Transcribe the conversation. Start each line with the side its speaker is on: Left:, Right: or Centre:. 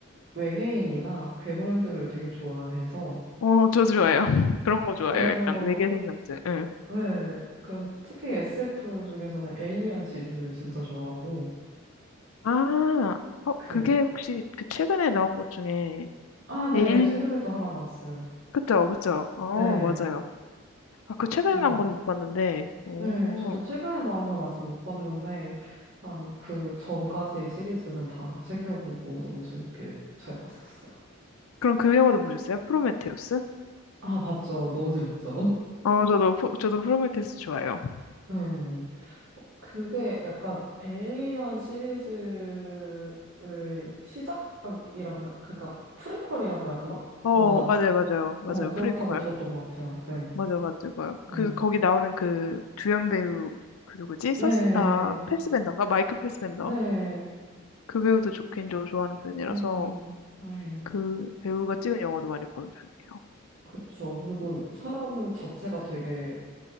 Right: 외계인이나 괴물들을 되게 좋아해서
Left: 어, 저 좋아요.
Right: 음.
Left: <laughs> 그런 거 좋아해요.
Right: 그래서
Left: 약간 외계 생명체. 응.
Right: 네, 그래서 특히 SF 중에서는 에일리언 시리즈를 진짜 좋아하고
Left: 아, 어,
Right: 그
Left: 그게 혹시 그 최근에 나온 것 중에
Right: 아, 네네
Left: 에일리,
Right: 최근에도 하나 나왔어요.
Left: 그쵸, 그쵸. 어,
Right: 네.
Left: 맞아요. 아, 그 최근에
Right: 음.
Left: 나온 건 못 봤는데, 오,
Right: 네, 저도 최근에 나온 건 아직 못 봤는데, 일단 그 전까지 시리즈는 다 챙겨보고 너무 재밌게 잘 봤었어요.
Left: 그럼 그 영화도 보셨어요? 프로메테우스?
Right: 아, 봤죠. 너무 재밌죠. <laughs>
Left: 어, 저도, 프- 저도 프로메테우스 좋아해요.
Right: 네. 어, 그게 약간 에일리언 시리즈의 시작이라고, 해- 그러니까 프리퀄이라고 해야 되나?
Left: 어,
Right: 뭔가,
Left: 맞아요, 맞아요.
Right: 어,
Left: 맞아요.
Right: 그렇다고
Left: 프리퀄.
Right: 들었던 것 같아요. 네.
Left: 맞아요, 맞아요. 맞아요.
Right: 어.
Left: 그, 거기 나오는 그 주연 배우, 그 누구지? 서스,
Right: 네.
Left: 아, 패스벤더인가? 마이크 패스벤더.
Right: 네.
Left: 그 배우도 좋긴 저 좋아하는 편이라서.
Right: 음. 네.
Left: 그 배우가 찍은 영화도 많이 보는 편이에요.
Right: 그쵸. 그리고 사람 자체가 되게